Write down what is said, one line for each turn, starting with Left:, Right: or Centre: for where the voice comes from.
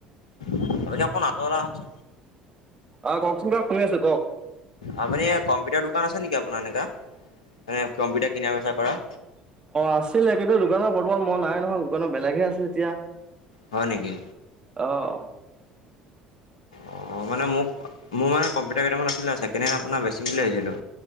Left: আপুনি অকন আতৰলে আহক কোন।
Right: অহ, কওকচোন বাৰু শুনি আছোঁ কওঁক।
Left: আপুনি কম্পিউটাৰ দোকান আছে নেকি আপোনাৰ এনেকা, এ কম্পিউটাৰ কিনাৰ বেচাৰ কৰা।
Right: অহ, আছিলে কিন্তু দোকানত বৰ্তমান মন নাই নহয়, দোকানত বেলেগহে আছে এতিয়া।
Left: হয় নেকি?
Right: অহ।
Left: অহ, মানে মোক, মোৰ মানে কম্পিউটাৰ কেইটামান আছিলে সেইকাৰণে আপোনাৰ বেচিম বুলি ভাবিছিলোঁ।